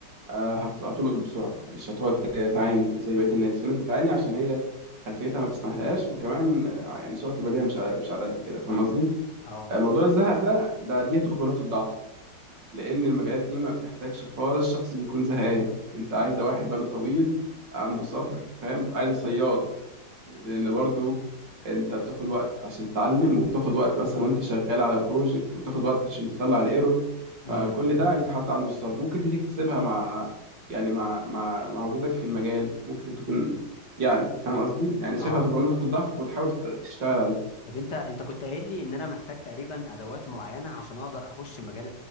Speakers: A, on the right (about 80°); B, on the left (about 70°).
A: آه هت- هتلقط بسرعه مش هتقعد تعاني زي بقيه الناس في ناس بتعاني عشان هي خلفيتها ما تسمحلهاش وكمان آه، يعني سرعه البديهه مش مش على قد كده فاهم قصدي؟
B: اه
A: آه، موضوع الزهق ده ده دي هتبقى نقطه ضعف لان المجالات دي ما بتحتاجش خالص شخص بيكون زهقان انت عايزه واحد باله طويل عنده صبر فاهم عايزه صياد يعني لان برضو انت بتاخد وقت عشان تتعلم وبتاخد وقت مثلا وانت شغال على بروجكت وبتاخد وقت عشان تطلع الايرور فكل
B: امم
A: ده
B: امم
A: عايز حد عنده الصبر ممكن دي تكتسبها مع يعني مع مع مع وجودك في المجال ممكن تكون يعني فاهم قصدي يعني شايفها
B: اه
A: تبقى نقطة ضعفك وتحاول تت- تشتغل عليها
B: طب انت انت كنت قايل لي ان انا محتاج تقريبا ادوات معينه عشان اقدر اخش مجال